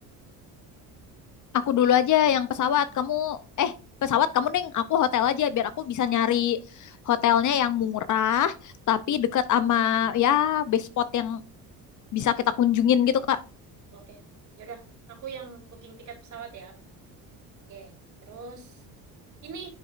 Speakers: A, on the left; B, on the right.
A: Aku dulu aja yang pesawat. Kamu, eh, pesawat kamu deng. Aku hotel aja biar aku bisa nyari hotelnya yang murah tapi deket sama ya best spot yang bisa kita kunjungin gitu, Kak.
B: Oke. Yaudah, aku yang booking tiket pesawat ya. Oke. Terus ini